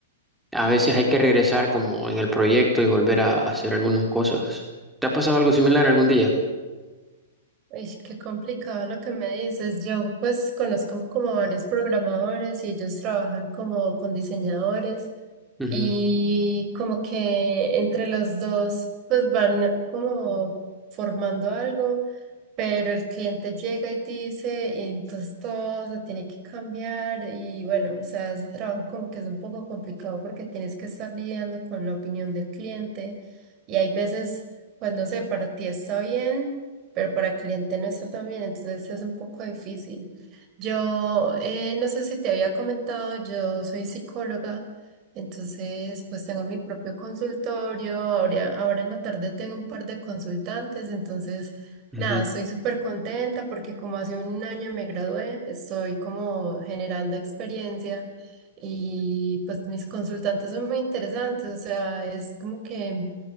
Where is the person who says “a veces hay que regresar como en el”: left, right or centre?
Centre